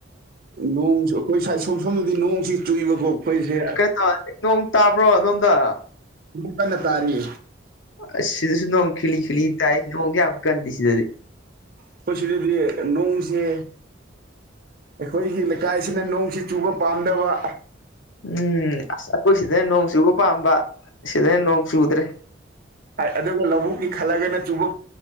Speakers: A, on the right; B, on the left.
A: ꯅꯣꯡꯁꯨ ꯑꯩꯈꯣꯏ ꯁ ꯁꯣꯝ ꯁꯣꯝꯗꯗꯤ ꯅꯣꯡꯁꯤ ꯆꯨꯏꯕꯀꯣ ꯑꯩꯈꯣꯏꯁꯦ
B: ꯀꯩ ꯇꯧ ꯅꯣꯡ ꯇꯥꯕ꯭ꯔꯣ ꯑꯗꯣꯝꯗ
A: <unintelligible> ꯇꯥꯔꯤ
B: ꯑꯁ ꯁꯤꯗꯁꯨ ꯅꯣꯡ ꯈꯤꯂꯤ ꯈꯤꯂꯤ ꯇꯥꯏ ꯅꯣꯡꯗꯤ ꯌꯥꯝ ꯀꯟꯗꯦ ꯁꯤꯗꯗꯤ
A: ꯑꯩꯈꯣꯏ ꯁꯤꯗꯗꯤ ꯅꯣꯡꯁꯦ ꯑꯩꯈꯣꯏꯒꯤ ꯂꯩꯀꯥꯏꯁꯤꯅ ꯅꯣꯡꯁꯤ ꯆꯨꯕ ꯄꯥꯝꯗꯕ
B: ꯎꯝ ꯑꯁ ꯑꯩꯈꯣꯏ ꯁꯤꯗꯅ ꯅꯣꯡ ꯆꯨꯕ ꯄꯥꯝꯕ ꯁꯤꯗꯅ ꯅꯣꯡ ꯆꯨꯗ꯭ꯔꯦ
A: ꯑꯗꯨꯒ ꯂꯧꯕꯨꯛꯀꯤ ꯈꯜꯂꯒꯅ ꯆꯨꯕ